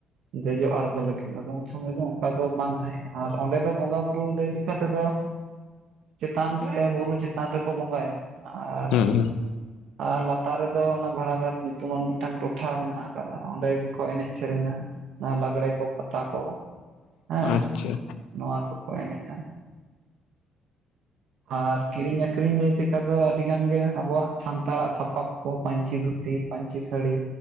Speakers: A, on the right; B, on the left.
A: ᱫᱮᱡᱚᱜ ᱟᱬᱜᱚ ᱞᱟᱹᱜᱤᱫ ᱟᱫᱚ ᱩᱱ ᱥᱚᱢᱚᱭ ᱫᱚ ᱚᱱᱠᱟ ᱫᱚ ᱵᱟᱝ ᱛᱟᱦᱮᱸ ᱠᱟᱱᱟ ᱟᱨ ᱚᱸᱰᱮ ᱫᱚ ᱵᱚᱸᱜᱟ ᱵᱩᱨᱩ ᱞᱟᱹᱭ ᱞᱮᱠᱟ ᱛᱮᱫᱚ ᱪᱮᱛᱟᱱ ᱨᱮ ᱵᱩᱨᱩ ᱪᱮᱛᱟᱱ ᱨᱮᱠᱚ ᱵᱚᱸᱜᱟᱭᱟ ᱟᱨ
B: ᱦᱩᱸ ᱦᱩᱸ
A: ᱟᱨ ᱞᱟᱛᱟᱨ ᱨᱮᱫᱚ ᱚᱱᱟ ᱵᱷᱟᱲᱟ ᱜᱷᱟᱴ ᱧᱩᱛᱩᱢᱟᱱ ᱢᱤᱫᱴᱟᱝ ᱴᱚᱴᱷᱟ ᱢᱮᱱᱟᱜ ᱟ ᱚᱸᱰᱮ ᱜᱮᱠᱚ ᱮᱱᱮᱡ ᱥᱮᱨᱮᱧᱟ ᱚᱱᱟ ᱞᱟᱜᱽᱲᱮ ᱠᱚ, ᱯᱟᱛᱟ ᱠᱚ, ᱦᱮᱸ
B: ᱟᱪᱪᱷᱟ
A: ᱱᱚᱣᱟ ᱠᱚ ᱠᱚ ᱮᱱᱮᱡᱼᱟ᱾ ᱟᱨ ᱠᱤᱨᱤᱧ ᱟᱹᱠᱷᱨᱤᱧ ᱞᱟᱹᱭ ᱞᱮᱠᱟ ᱫᱚ ᱟᱹᱰᱤᱜᱟᱱ ᱜᱮ ᱟᱵᱚᱣᱟᱜ ᱥᱟᱱᱛᱟᱲᱟᱜ ᱥᱟᱯᱟᱵ ᱠᱚ ᱯᱟᱹᱧᱪᱤ ᱫᱷᱩᱛᱤ ᱯᱟᱹᱧᱪᱤ ᱥᱟᱹᱲᱤ,